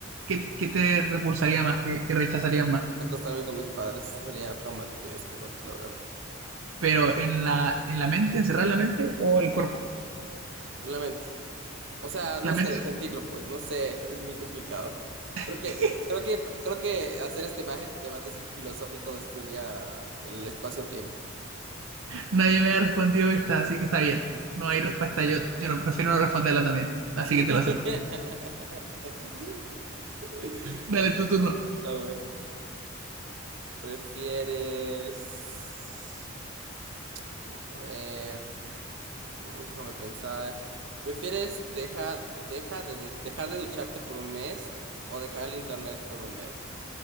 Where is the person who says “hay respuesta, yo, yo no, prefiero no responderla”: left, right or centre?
Right